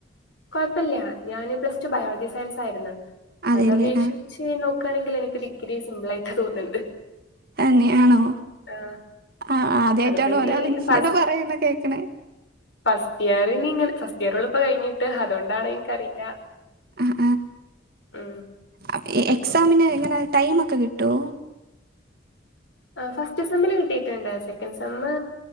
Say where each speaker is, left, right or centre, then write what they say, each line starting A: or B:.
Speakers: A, on the left; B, on the right.
A: കുഴപ്പമില്ല ഞാന് പ്ലസ് ടു ബയോളജി സയൻസയിരുന്നു
B: അതെല്ലേ
A: അത അപേക്ഷി
B: ആ
A: ച്ചു നോക്കുകയാണെങ്കിൽ എനിക്കു ഡിഗ്രി സിമ്പിളായിട്ട് തോന്നുന്നുണ്ട്
B: തന്നെയാണോ
A: ആഹ്
B: ആ ആദ്യായിട്ടാണ്
A: അതിപ്പോ ഇനി
B: ഒരാൾ ഇങ്ങനെ
A: ഫസ്
B: പറയുന്ന കേക്കിന്
A: ഫസ്റ്റ് ഇയറിന് ഇങ്ങനെ ഫസ്റ്റ് ഇയർള്ള ഇപ്പോ കഴിഞ്ഞിട്ട് അതുകൊണ്ടാണ് എനിക്കറിയില്ല
B: ആഹ്
A: ഉം
B: ആഹ്
A: അപ്പൊ
B: എക്സാമിന് എങ്ങനെ ടൈമ ഒക്കെ കിട്ടോ
A: ആഹ് ഫസ്റ്റ് സെമ്മില് കട്ടിട്ടുണ്ട് സെക്കൻഡ് സെമ്മ്